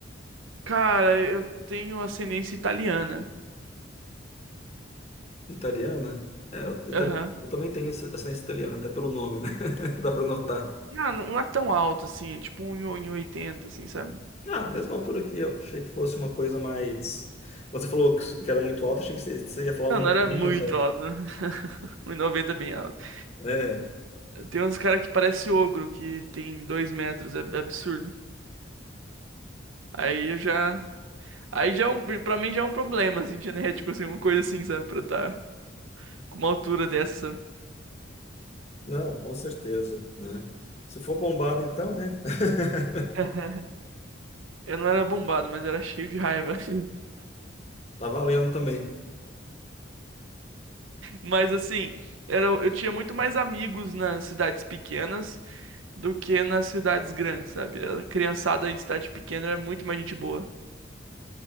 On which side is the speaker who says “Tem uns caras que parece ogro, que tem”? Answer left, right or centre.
Right